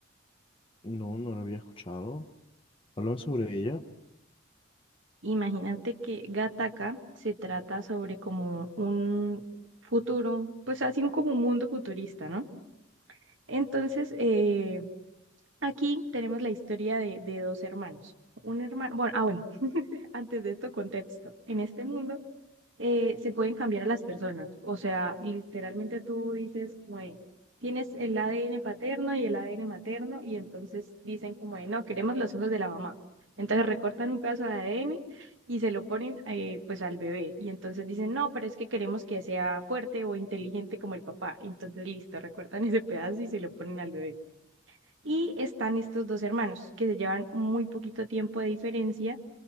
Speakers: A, on the left; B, on the right.
A: No, no la había escuchado. Háblame sobre ella.
B: Imagínate que Gataca se trata sobre como un futuro, pues así como un mundo futurista, ¿no? Entonces, eh, aquí tenemos la historia de, de dos hermanos. Un hermano, bueno, ah, bueno, <laughs> antes de esto, contexto. En este mundo eh, se pueden cambiar a las personas. O sea, literalmente tú dices, como de, tienes el ADN paterno y el ADN materno, y entonces dicen como de, no, queremos los ojos de la mamá. Entonces recortan un pedazo de ADN y se lo ponen eh, pues al bebé. Y entonces dicen, no, pero es que queremos que sea fuerte o inteligente como el papá. Entonces listo, recortan ese pedazo y se lo ponen al bebé. Y están estos dos hermanos que se llevan muy poquito tiempo de diferencia